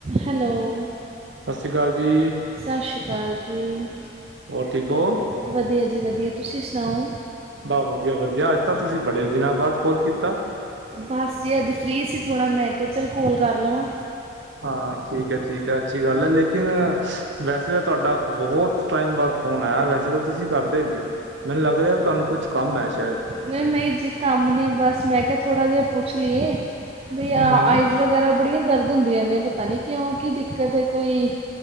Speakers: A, on the right; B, on the right.
A: ਹੈਲੋ‌।
B: ਸਤਿ ਸ਼੍ਰੀ ਅਕਾਲ ਜੀ।
A: ਸਤਿ ਸ਼੍ਰੀ ਅਕਾਲ ਜੀ।
B: ਹੋਰ ਠੀਕ ਹੋ।
A: ਵਧੀਆ ਜੀ ਵਧੀਆ ਤੁਸੀਂ ਸੁਣਾਓ।
B: ਬਸ ਵਧੀਆ ਵਧੀਆ ਅੱਜ ਤਾਂ ਤੁਸੀਂ ਬੜੇ ਦਿਨਾਂ ਬਾਅਦ ਕੋਲ਼ ਕੀਤਾ।
A: ਬਸ ਜੀ ਅੱਜ ਫਰੀ ਸੀ ਥੋੜ੍ਹਾ ਮੈਂ ਕਿਹਾ ਚੱਲ ਕੋਲ ਕਰ ਲਵਾਂ।
B: ਹਾਂ ਠੀਕ ਹੈ ਠੀਕ ਹੈ ਅੱਛੀ ਗੱਲ ਹੈ ਲੇਕਿਨ ਵੈਸੇ ਤਾਂ ਤੁਹਾਡਾ ਬਹੁਤ ਟਾਈਮ ਬਾਅਦ ਹੋਣਾ ਵੈਸੇ ਤਾਂ ਤੁਸੀਂ ਕਰਦੇ ਨੀ ਮੈਨੂੰ ਲੱਗ ਰਿਹਾ ਤੁਹਾਨੂੰ ਕੁੱਛ ਕੰਮ ਹੈ ਸ਼ਾਇਦ।
A: ਨਹੀਂ ਜੀ ਕੰਮ ਨਹੀਂ ਬਸ ਮੈਂ ਕਿਹਾ ਥੋੜ੍ਹਾ ਜਿਹਾ ਪੁੱਛ ਲਈਏ ਭਈਆ
B: ਹੂੰ
A: ਆਈਜ਼ ਵਗੈਰਾ ਬੜੀਆਂ ਦਰਦ ਹੁੰਦੀਆਂ ਨੇ ਪਤਾ ਨਹੀਂ ਕਿਉਂ ਕੀ ਦਿੱਕਤ ਹੈ ਕੋਈ